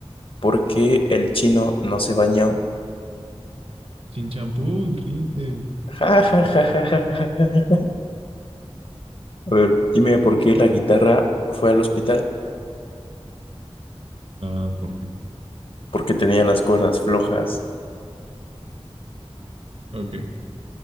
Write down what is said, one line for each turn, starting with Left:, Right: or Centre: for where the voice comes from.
Left: ¿por qué el chino no se bañó?
Right: Chin champú, ríete.
Left: Ja,
Right: <laughs>
Left: ja, ja, ja, ja, ja, ja. A ver, dime por qué la guitarra fue al hospital.
Right: Ah, ¿por qué?
Left: Porque tenía las cuerdas flojas.
Right: Ok,